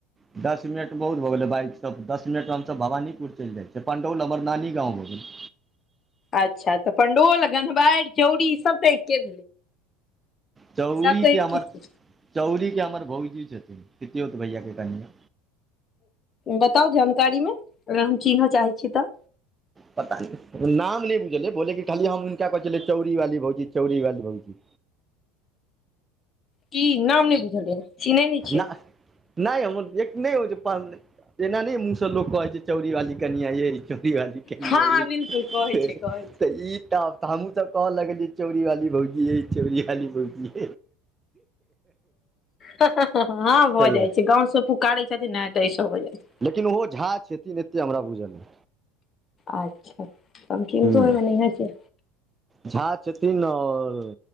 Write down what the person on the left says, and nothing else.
अच्छा तऽ पंडोल गंधवारि चौड़ी ई सब तऽ एके
सब तऽ एके
छै
बताउ जानकारी मे अगर हम चिन्ह चाहै छीय तऽ
की नाम नहि बुझल य चिन्हे नहि छिऐ
हँ
हँ बिल्कुल कहै
छै कहै छै
हँ
भऽ
जाइ छै गाँव से पुकारे छथिन ने तऽ ई सब हो जाइ छै
अच्छा त कीमतो
होइनेह छै